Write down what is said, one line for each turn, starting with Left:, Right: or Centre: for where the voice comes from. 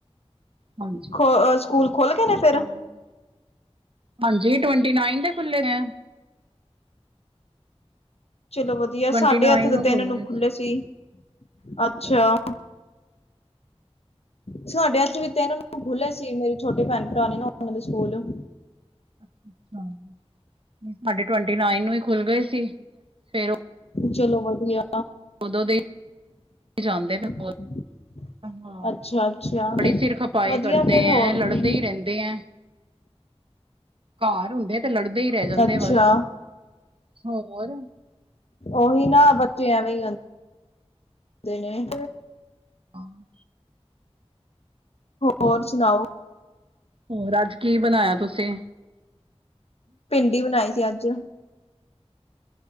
Right: ਹਾਂਜੀ।
Left: ਖੋ ਅ ਸਕੂਲ ਖੋਲ੍ਹ ਗੇ ਨੇ? ਫਿਰ
Right: ਹੋਰ, ਹਾਂਜੀ ਟਵੰਟੀ ਨਾਈਨ ਦੇ ਖੁੱਲੇ ਐ।
Left: ਚਲੋ ਵਧੀਆ,
Right: ਟਵੰਟੀ
Left: ਸਾਡੇ
Right: ਨਾਈਨ
Left: ਏਥੇ ਦੇ ਤਿੰਨ
Right: ਖੁੱਲਣੇ।
Left: ਨੂੰ ਖੁੱਲੇ ਸੀ, ਅੱਛਾ। ਸਾਡੇ ਏਥੇ ਵੀ ਤਿੰਨ ਨੂੰ ਖੁੱਲ੍ਹੇ ਸੀ, ਮੇਰੇ ਛੋਟੇ ਭੈਣ-ਭਰਾ ਨੇ ਨਾ, ਓਨਾਂ ਦੇ ਸਕੂਲ।
Right: ਅੱਛਾ, ਨੀ ਸਾਡੇ ਟਵੈਂਟੀ ਨਾਈਨ ਨੂੰ ਹੀ ਖੁੱਲ ਗਏ ਸੀ। ਫੇਰ
Left: ਚਲੋ ਵਧੀਆ।
Right: ਉਦੋਂ ਦੇ- ਜਾਂਦੇ ਪਏ
Left: <inaudible>
Right: ਹਾਂ,
Left: ਅੱਛਾ ਅੱਛਾ
Right: ਬੜੀ ਸਿਰ ਖਪਾਏ
Left: ਵਧੀਆ
Right: ਕਰਦੇ
Left: ਫੇਰ ਹੋਰ
Right: ਐ, ਲੜਦੇ
Left: ਕੀ
Right: ਹੀ ਰਹਿੰਦੇ ਐ। ਘਰ ਹੁੰਦੇ ਤੇ ਲੜਦੇ ਹੀ ਰਹਿ ਜਾਂਦੇ
Left: ਅੱਛਾ
Right: ਬਸ। ਹੋਰ
Left: ਓਹੀ ਨਾ ਬੱਚੇ ਐਵੇਂ ਹੀ <unintelligible> ਦੇ ਨੇ।
Right: ਹਾਂ।
Left: ਹੋਰ ਸੁਣਾਓ।
Right: ਹੋਰ ਅੱਜ ਕੀ ਬਣਾਇਆ ਤੁਸੀ?
Left: ਭਿੰਡੀ ਬਨਾਈ ਸੀ ਅੱਜ।